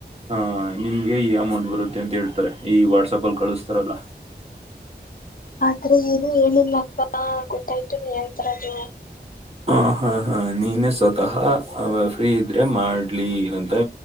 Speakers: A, on the right; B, on the left.
A: ಅಹ ನಿಮ್ಗೆ ಈ ಅಮೌಂಟ್ ಬರುತ್ತೆ ಅಂತ ಹೇಳ್ತಾರೆ. ಈ ವಾಟ್ಸಪಲ್ಲಿ ಕಳಸ್ತರಲ್ಲ.
B: ಆ ತರ ಏನು ಹೇಳಿಲ್ಲಪ್ಪ ಗೊತ್ತಾಯ್ತು ನೀನ್ ಹೇಳ್ತಿರೋದು.
A: ಹ ಹಾ ಹಾ ನೀನೇ ಸ್ವತಃ ಫ್ರೀ ಇದ್ರೆ ಮಾಡ್ಲಿ ಅಂ